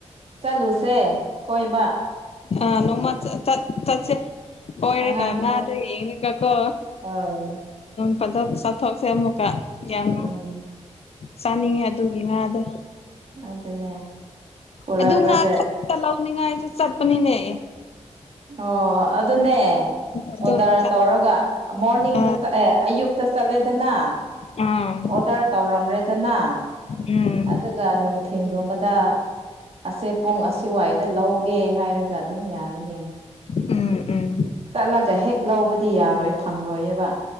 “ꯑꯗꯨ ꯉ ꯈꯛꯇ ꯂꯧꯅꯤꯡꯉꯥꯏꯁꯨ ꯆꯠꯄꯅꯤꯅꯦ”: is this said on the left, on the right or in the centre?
Left